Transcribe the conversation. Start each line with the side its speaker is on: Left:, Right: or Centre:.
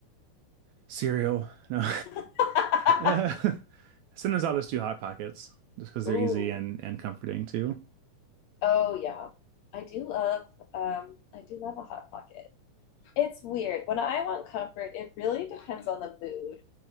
Right: Cereal. No. <laughs>
Left: <laughs>
Right: uh, sometimes I'll just do Hot Pockets just because they're
Left: Ooh,
Right: easy and, and comforting too.
Left: oh yeah. I do love um I do love a hot pocket. It's weird. When I want comfort, it really depends on the mood.